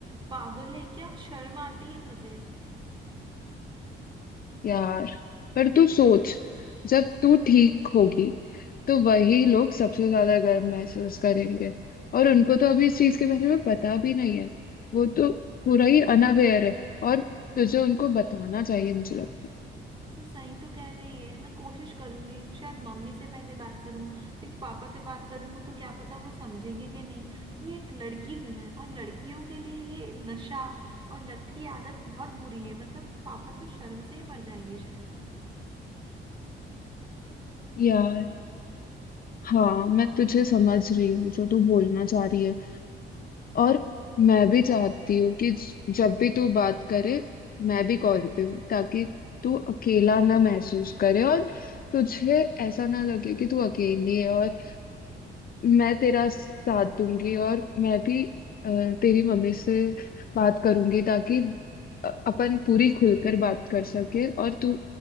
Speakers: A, on the right; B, on the left.
A: पागल है क्या शर्म आती है मुझे
B: यार पर तू सोच जब तू ठीक होगी तो वही लोग सबसे ज्यादा गर्व महसूस करेंगे और उनको तो अभी इस चीज के बारे में पता भी नहीं है वो तो पूरा ही अनअवेयर है और तुझे उनको बताना चाहिए मुझे लगता
A: तू सही तो कह रही है मैं कोशिश करूंगी शायद मम्मी से पहले बात करूं देख पापा से बात करूंगी तो क्या पता वो समझेंगे कि नहीं क्योंकि एक लड़की हूं मैं और लड़कियों के लिए ये नशा और लत की आदत बहुत बुरी है मतलब पापा तो शर्म से ही मर जाएंगे शायद
B: है यार हाँ मैं तुझे समझ रही हूँ जो तू बोलना चाह रही है और मैं भी चाहती हूँ कि ज- जब भी तू बात करे मैं भी कॉल पे हूँ ताकि तू अकेला ना महसूस करे और तुझे ऐसा ना लगे कि तू अकेली है और मैं तेरा साथ दूंगी और मैं भी अ, तेरी मम्मी से बात करूंगी ताकि अ- अपन पूरी खुलकर बात कर सके और तू